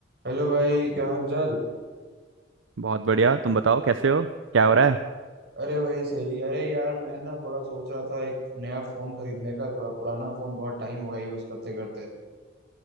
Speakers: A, on the right; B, on the right.
A: Hello भाई क्या हाल चाल
B: बहुत बढ़िया तुम बताओ कैसे हो क्या हो रहा है
A: अरे भाई सही अरे यार मैं ना थोड़ा सोच रहा था एक नया फोन खरीदने का थोड़ा पुराना फोन बहुत टाइम हो गया यूज करते करते